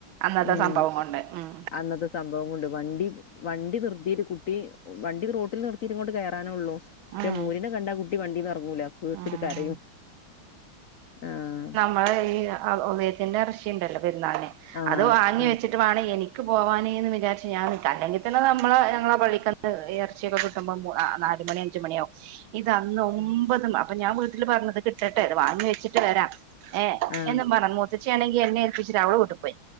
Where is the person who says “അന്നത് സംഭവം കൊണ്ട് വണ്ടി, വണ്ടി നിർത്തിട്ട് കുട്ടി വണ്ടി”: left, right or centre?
Left